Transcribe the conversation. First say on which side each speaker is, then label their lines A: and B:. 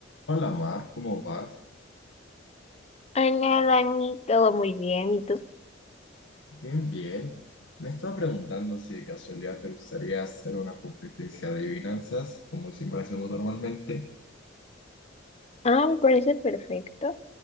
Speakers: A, on the left (about 70°); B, on the left (about 35°).
A: Hola Mar, ¿cómo vas?
B: Hola, Dani, todo muy bien, ¿y tú?
A: Bien, bien. Me estaba preguntando si de casualidad te gustaría hacer una competencia de adivinanzas, como siempre hacemos normalmente.
B: Ah, me parece perfecto.